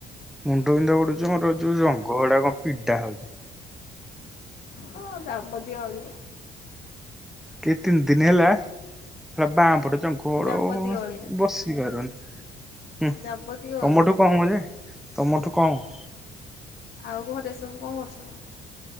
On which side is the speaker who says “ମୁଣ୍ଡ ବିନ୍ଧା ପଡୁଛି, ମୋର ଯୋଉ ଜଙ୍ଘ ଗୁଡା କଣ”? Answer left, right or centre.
Centre